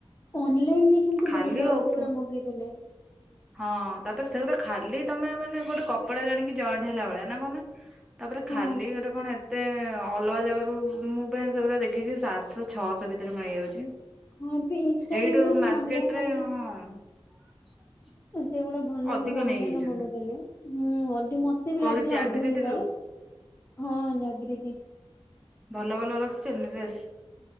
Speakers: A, on the left; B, in the centre.
A: ଅନଲାଇନ ରେ କିନ୍ତୁ
B: ଖାଲି
A: ଭଲ,
B: ଓପ
A: ସେଭଳିଆ ମଗେଇଦେଲେ।
B: ହଁ ତାପରେ ସେଗୁଡା ଖାଲି ତମେ ମାନେ ଗୋଟେ କପଡା ଜାଣିକି ଜଏଣ୍ଟ ହେଲା ଭଳିଆ, ନା କହୁନା। ତାପରେ
A: ହଁ
B: ଖାଲି ଗୋଟେ କଣ ଏତେ ଅଲଗା ଜାଗା ରୁ ମୁଁ ପା ସେଗୁଡା ଦେଖିଛି, ସାତଶହ ଛଅଶହ ଭିତରେ ମିଳିଯାଉଛି।
A: ହଁ ଏବେ ଇନଷ୍ଟାଗ୍ରାମ
B: ଏଇଟୁ
A: ରେ ଯୋଉ
B: ମାର୍କେଟରେ
A: ଅନଲାଇନ
B: ହଁ।
A: ସେଇଭଳିଆ ଭଲ
B: ଅଧିକ
A: କିନ୍ତୁ ଅନଲାଇନ
B: ନେଇଯାଇଛନ୍ତି।
A: ରୁ ମଗେଇଦେଲେ ଁ ଅଧିକ-ମତେ ବି
B: କୋଉଠି
A: ଲାଗିଲା
B: ଜାଗୃତିରୁ
A: ଅଧିକ ନେଲାବଳିଆ। ହଁ ଜାଗ୍ରୀତି।
B: ଭଲ ଭଲ ରଖିଛନ୍ତି ନା ଡ୍ରେସ୍।